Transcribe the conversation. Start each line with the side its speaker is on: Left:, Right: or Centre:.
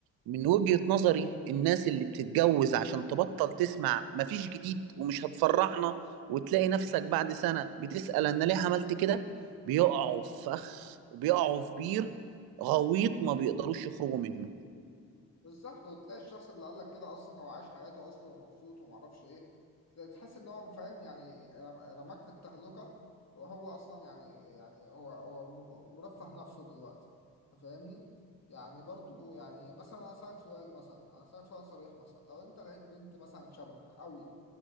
Right: من وجهة نظري الناس اللي بتتجوز عشان تبطل تسمع مفيش جديد ومش هتفرحنا وتلاقي نفسك بعد سنة بتسأل انا ليه عملت كده بيقعوا في فخ وبيقعوا في بير غويط ما بيقدروش يخرجوا منه
Left: بالظبط وتلاقي الشخص اللي قال لك كده اصلا هو عايش حياته اصلا ومبسوط وما اعرفش ايه تلاقي- تحس ان هو فاهم يعني رم- رماك في التهلكه وهو اصلا يعني يعني هو هو م- مرفه نفسه دلوقتي انت فاهمني يعني برضو يعني مثلا انا اسالك سؤال مثلا انا اسالك سؤال صريح مثلا لو انت لقيت بنت مثلا شبهك قوي